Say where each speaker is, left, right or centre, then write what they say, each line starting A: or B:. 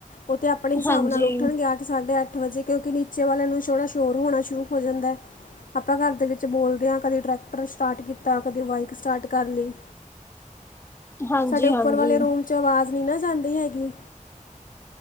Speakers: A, on the left (about 80°); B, on the left (about 15°).
A: ਉਹ ਤੇ ਆਪਣੇ ਹਿਸਾਬ
B: ਹਾਂਜੀ।
A: ਨਾਲ ਉੱਠਣ ਗੇ ਆ ਸਾਢੇ ਅੱਠ ਵਜੇ ਕਿਉਂਕਿ ਨੀਚੇ ਵਾਲੇ ਨੂੰ ਛੋੜਾ ਸ਼ੋਰ ਹੋਣਾ ਸ਼ੁਰੂ ਹੋ ਜਾਂਦਾ। ਆਪਾਂ ਘਰ ਦੇ ਵਿੱਚ ਬੋਲਦੇ ਹਾਂ ਕਦੇ ਟਰੈਕਟਰ ਸਟਾਰਟ ਕੀਤਾ ਕਦੇ ਬਾਈਕ ਸਟਾਰਟ ਕਰ ਲੀ।
B: ਹਾਂਜੀ
A: ਸਾਡੇ ਉੱਪਰ
B: ਹਾਂਜੀ
A: ਵਾਲੇ ਰੂਮ ਚ ਆਵਾਜ਼ ਨੀ ਨਾ ਜਾਂਦੀ ਹੈਗੀ।